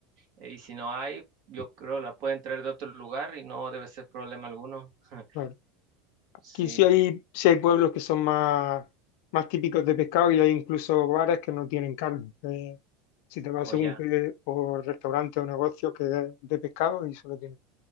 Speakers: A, on the right; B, on the left.
A: eh, Y si no hay, yo creo la pueden traer de otro lugar y no debe ser problema alguno. <laughs>
B: claro. Aquí
A: Sí.
B: sí hay, sí hay pueblos que son más, más típicos de pescado y hay incluso bares que no tienen carne. que si te vas
A: O
B: según
A: ya.
B: qué, o restaurante o negocio que es de pescado y solo tienen